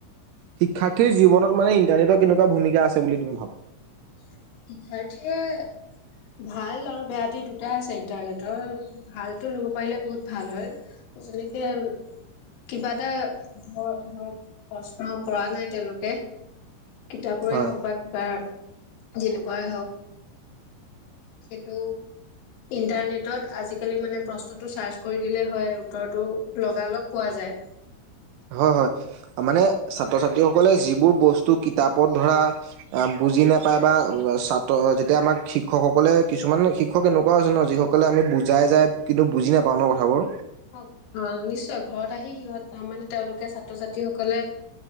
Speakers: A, on the right; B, on the left.
A: শিক্ষাৰ্থীৰ জীৱনত মানে ইণ্টাৰনেটৰ কেনেকুৱা ভূমিকা আছে বুলি তুমি ভাবা।
B: শিক্ষাৰ্থীয়ে ভাল আৰু বেয়া দি দুটা আছে ইণ্টাৰনেটৰ ভালটো ল'ব পাৰিলে বহুত ভাল হয় যেনেকে। কিবা এটা ধৰ ধৰক প্ৰশ্ন পৰা নাই তেওঁলোকে। কিতাপৰে
A: হয়,
B: হওক বা কিবা যেনেকুৱাই হওক। সেইটো। ইণ্টাৰনেটত আজিকালি মা নে প্ৰশ্নটো চাৰ্চ কৰি দিলে হয় উত্তৰটো লগা লগ পোৱা যায়। <inaudible>
A: হয় হয় মানে ছাত্ৰ ছাত্ৰীসকলে যিবোৰ বস্তু কিতাপত ধৰা। বুজি নাপায় বা ছাত্ৰ যেতিয়া আমাক শিক্ষকসকলে কিছুমান শিক্ষক এনেকুৱাও আছে ন যিসকলে আমি। বুজাই যায় কিন্তু বুজি নাপাওঁ ন কথাবোৰ।
B: অ -অ নিশ্চয় ঘৰত আহি সিহঁত মানে তেওঁলোকে ছাত্ৰ ছাত্ৰীসকলে